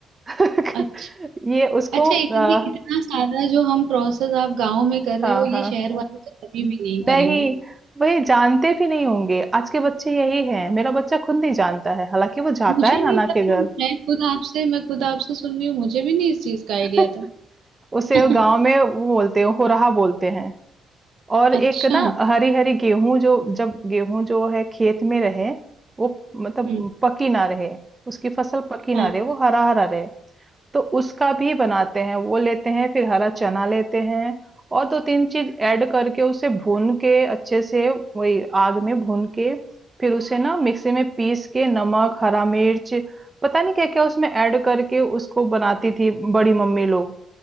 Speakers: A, on the right; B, on the right.
A: <laughs>
B: अच्छा।
A: ये उसको
B: अच्छा इतनी
A: आ,
B: इतना सारा जो हम प्रोसेस आप गांव में कर रहे
A: हाँ
B: हो ये
A: हाँ
B: शहर
A: हाँ
B: वाले तो कभी भी नहीं
A: नहीं
B: करेंगे
A: वही जानते भी नहीं होंगे आज के बच्चे यही हैं मेरा बच्चा खुद नहीं जानता है हालांकि वो जाता
B: मुझे
A: है
B: नहीं
A: नाना
B: पता
A: के घर
B: मैं खुद आपसे मैं खुद आपसे सुन रही हूँ मुझे भी नहीं इस चीज का आइडिया
A: <laughs>
B: था
A: उसे
B: <laughs>
A: वो गांव में वो बोलते हैं हो रहा बोलते हैं और
B: अच्छा
A: एक ना हरी हरी गेहूं जो जब गेहूं जो है खेत में रहे वो मतलब
B: हम्म
A: पकी ना रहे उसकी फसल पकी ना
B: हाँ
A: रहे वो हरा हरा रहे तो उसका भी बनाते हैं वो लेते हैं फिर हरा चना लेते हैं और दो तीन चीज ऐड करके उसे भून के अच्छे से वही आग में भून के फिर उसे ना मिक्सी में पीस के नमक हरा मिर्च पता नहीं क्या क्या उसमें ऐड करके उसको बनाती थी बड़ी मम्मी लोग